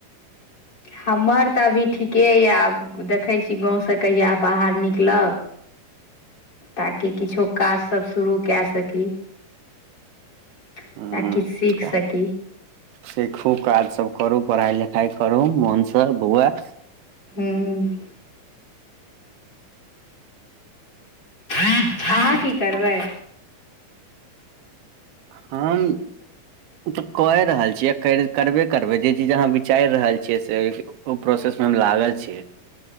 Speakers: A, on the left (about 30°); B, on the right (about 90°).
A: हमर तऽ अभी ठीके यऽ आब देखै छी गाँवसँ कहिया बाहर निकलब ताकि किछो काजसभ शुरू कए सकी ताकि
B: ह
A: सीख सकी
B: सीखू काज सब करू पढ़ाइ लिखाउ करू मोनसँ बौआ
A: हूँ अहाँ की करबै
B: हम ओ त कए रहल छियै करबे करबै जे चीज अहाँ विचारि रहल छियै से ओ प्रोसेस में हम लागल छीयै